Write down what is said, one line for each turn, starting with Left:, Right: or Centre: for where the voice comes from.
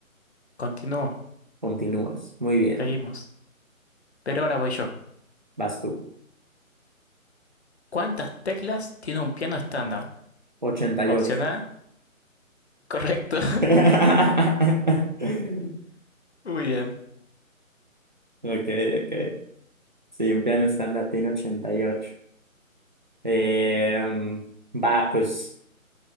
Left: continúo,
Right: Continúas. Muy bien,
Left: seguimos. Pero ahora voy yo.
Right: vas tú.
Left: ¿Cuántas teclas tiene un piano estándar?
Right: 88.
Left: Opción A, correcto.
Right: <laughs>
Left: Muy bien.
Right: Ok, ok. Sí, un piano estándar tiene 88. Eh, va, pues.